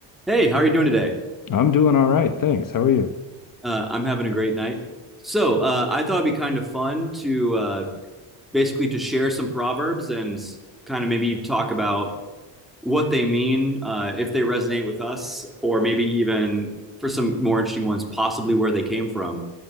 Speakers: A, in the centre; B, on the left.
A: Hey, how are you doing today?
B: I'm doing all right, thanks. How are you?
A: Uh, I'm having a great night. So, uh, I thought it'd be kind of fun to uh, basically to share some proverbs and kind of maybe talk about what they mean, uh, if they resonate with us, or maybe even for some more interesting ones, possibly where they came from.